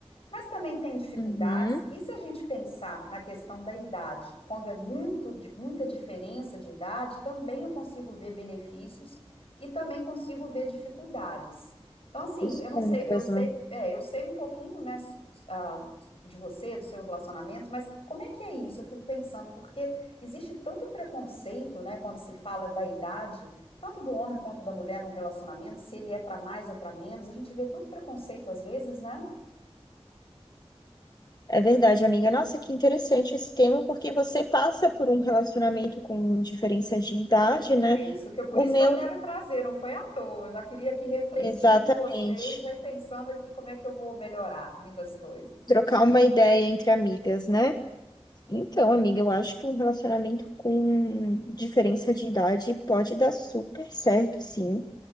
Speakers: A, on the left; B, on the left.
A: mas também tem dificuldades.
B: Uhum,
A: E se a gente pensar na questão da idade, quando é muito, di- muita diferença de idade, também eu consigo ver benefícios e também consigo ver dificuldades. Então, assim,
B: os
A: eu
B: contras,
A: não sei, eu sei,
B: né?
A: é, eu sei um pouquinho, né, s- ah, de você, do seu relacionamento, mas que- como é que é isso? Eu fico pensando, porque existe tanto preconceito, né, quando se fala da idade, tanto do homem quanto da mulher num relacionamento, se ele é para mais ou para menos, a gente vê tanto preconceito às vezes, né?
B: É verdade, amiga. Nossa, que interessante esse tema, porque você passa por um relacionamento com diferença de idade, né?
A: É isso que eu, por
B: O
A: isso
B: meu,
A: que eu quero trazer, não foi à toa. Eu já queria aqui refletir
B: exatamente.
A: com vocês, já ir pensando aqui como é que eu vou melhorar muitas coisas.
B: Trocar uma ideia entre amigas, né? Então, amiga, eu acho que um relacionamento com diferença de idade pode dar super certo, sim.